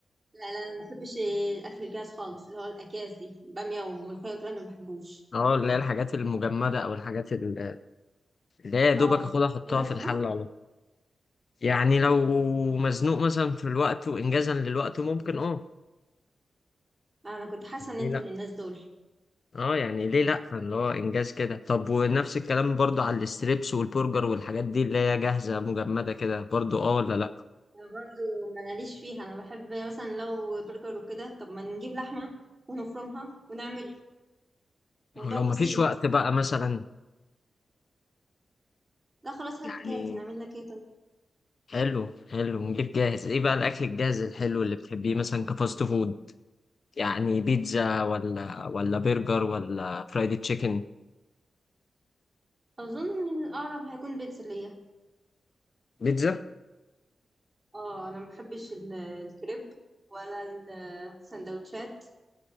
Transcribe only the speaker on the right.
لا لا انا ما بحبش الاكل الجاهز خالص اللي هو الاكياس دي باميه وملوخيه والكلام ده ما بحبوش
اه
انت بتحبها
انا كنت حاسه
ان انت
من الناس دول
انا برضو ماليش فيها انا بحب مثلا لو برجر وكده طب ما نجيب لحمه ونفرمها ونعمل موضوع
بسيط
لا خلاص هات
جاهز نعمل لك ايه طيب
اظن الاقرب هيكون بيتزا ليا
اه انا ما بحبش ال- الكريب ولا السندوتشات